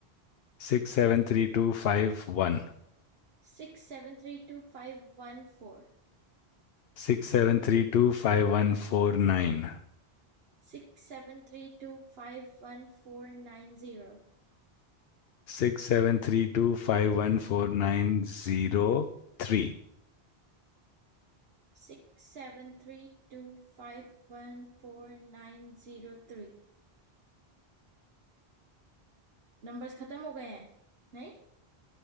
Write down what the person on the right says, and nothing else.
Six seven three two five one four
Six seven three two five one four nine zero
Six seven three two five one four nine zero three Numbers खत्म हो गए हैं नहीं